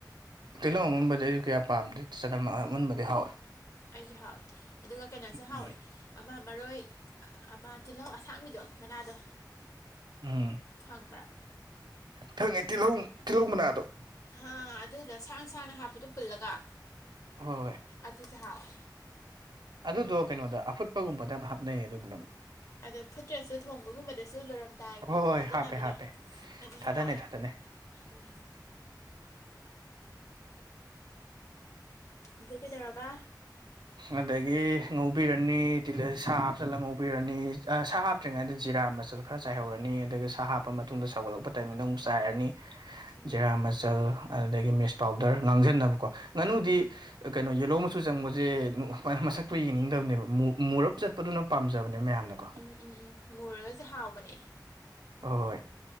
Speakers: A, on the right; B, on the left.
A: ꯇꯤꯜꯍꯧ ꯑꯃꯨꯟꯕꯗꯤ ꯑꯩꯁꯨ ꯀꯌꯥ ꯄꯥꯝꯗꯦ ꯆꯅꯝ ꯑꯃꯨꯟꯕꯗꯤ ꯍꯥꯎꯋꯦ
B: ꯑꯩꯁꯨ ꯍꯥꯎꯋꯦ ꯑꯗꯨꯒ ꯀꯩꯅꯣꯁꯨ ꯍꯥꯎꯋꯦ
A: ꯎꯝ
B: ꯑꯃ ꯃꯔꯣꯏ ꯑꯃ ꯇꯤꯜꯍꯧ ꯑꯁꯥꯡꯕꯤꯗꯣ ꯃꯅꯥꯗꯣ
A: ꯎꯝ
B: ꯈꯪꯕ꯭ꯔꯥ
A: ꯈꯪꯉꯦ ꯇꯤꯜꯍꯧ ꯇꯤꯜꯍꯧ ꯃꯅꯥꯗꯣ
B: ꯍꯥ ꯑꯗꯨꯗꯣ ꯁꯥꯡ ꯁꯥꯡꯅ ꯍꯥꯞꯄꯗꯣ ꯄꯨꯜꯂꯒ
A: ꯍꯣꯏ
B: ꯑꯗꯨꯁꯨ ꯍꯥꯎꯑꯦ
A: ꯑꯗꯨꯗꯣ ꯀꯩꯅꯣꯗ ꯑꯐꯨꯠꯄꯒꯨꯝꯕꯗ ꯌꯥꯝꯅ ꯍꯥꯞꯅꯩꯌꯦ ꯑꯗꯨꯗꯨꯅ ꯑꯃꯨꯛ
B: ꯑꯗꯣ ꯐꯨꯠꯇ꯭ꯔꯁꯨ ꯊꯣꯡꯕꯒꯨꯝꯕꯗꯁꯨ ꯂꯣꯏꯔꯝꯗꯥꯏꯒꯨꯝꯕꯗ
A: ꯍꯣꯏ ꯍꯣꯏ
B: ꯊꯥꯗꯅꯕꯤꯗꯣ
A: ꯍꯥꯞꯄꯦ ꯍꯥꯞꯄꯦ
B: ꯑꯗꯨꯁꯨ
A: ꯊꯥꯗꯅꯩ
B: ꯍꯥꯎꯋꯦ
A: ꯊꯥꯗꯅꯩ
B: ꯎꯝ ꯑꯗꯩ ꯀꯩꯗꯧꯔꯕ
A: ꯑꯗꯒꯤ ꯉꯧꯕꯤꯔꯅꯤ ꯇꯤ ꯁꯥ ꯍꯥꯞꯆꯜꯂ ꯉꯧꯕꯤꯔꯅꯤ ꯁꯥ ꯍꯥꯞꯇ꯭ꯔꯤꯉꯩꯗ ꯖꯤꯔꯥ ꯃꯆꯜ ꯈꯔ ꯆꯥꯏꯍꯧꯔꯅꯤ ꯑꯗꯨꯒ ꯁꯥ ꯍꯥꯞꯄ ꯃꯇꯨꯡꯗ ꯁꯧꯒꯠꯂꯛꯄ ꯇꯥꯏꯃꯤꯡꯗ ꯑꯃꯨꯛ ꯆꯥꯏꯔꯅꯤ
B: ꯎꯝ
A: ꯖꯦꯔꯥ ꯃꯆꯜ ꯑꯗꯨꯗꯒꯤ ꯃꯤꯁ ꯄꯥꯎꯗꯔ ꯉꯥꯡꯁꯤꯟꯅꯕꯀꯣ ꯉꯥꯅꯨꯗꯤ
B: ꯎꯝ
A: ꯀꯩꯅꯣ ꯌꯦꯂꯣ ꯑꯃꯁꯨ ꯆꯪꯕ ꯖꯦ ꯃꯁꯛꯇꯨ ꯌꯦꯡꯅꯤꯡꯗꯕꯅꯦꯕ ꯃꯨꯔꯞ ꯆꯠꯄꯗꯨꯅ ꯄꯥꯝꯖꯕꯅꯦꯕ ꯃꯌꯥꯝꯅꯀꯣ
B: ꯎꯝ ꯎꯝ ꯎꯝ ꯃꯨꯔꯒꯁꯨ ꯍꯥꯎꯕꯅꯦ
A: ꯍꯣꯢ ꯍꯣꯏ